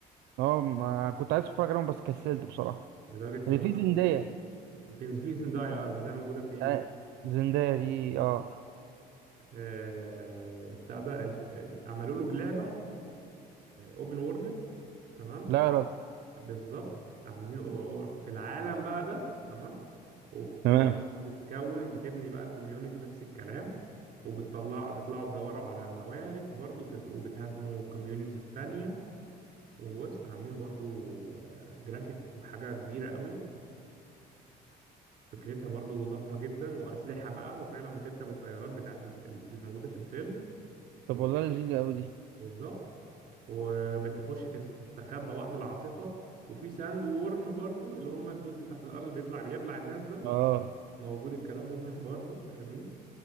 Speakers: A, on the right; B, on the right.
A: اه ما كنت عايز اتفرج عليهم بس كسلت بصراحه
B: لدرجة
A: اللي
B: ان هم
A: فيه زندية
B: في في زندايا آه، زندايا موجودة فيه
A: آه، زندية دي اه
B: آه، بتاع ده الف... عملوا له لعبة اوبن وورلد تمام
A: لا يا راجل
B: بالظبط عاملين أو- أو- في العالم بقى ده تمام وبرضه
A: تمام
B: بتكون بتبني بقى كوميونتي نفس الكلام وبتطلعوا تطلعوا تدوروا على الموارد برضه وبتد... وبتهاجموا كوميونيتيز تانية وبص عاملين برضه جرافيك وحاجة كبيرة قوي وفكرتها برضه ضخمة جدا وأسلحة بقى وفعلا بتركب الطيارات بتاعت ال- ال- الموجودة في الفيلم
A: طب
B: وبت...
A: والله لذيذة أوي دي
B: بالظبط وبتخش تس- تستخبى وقت العاصفة وفي ساند وورم برضو اللي هم الدود اللي تحت الأرض اللي بيطلع بيبلع الناس ده
A: اه
B: موجود الكلام ده <laughs> برضو فاهمني